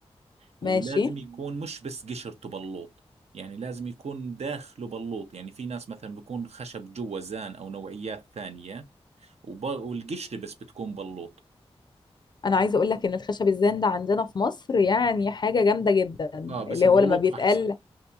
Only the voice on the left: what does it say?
ماشي
انا عايزة اقول لك ان الخشب الزان ده عندنا في مصر يعني حاجة جامدة جدا
اللي
هو لما بيتقال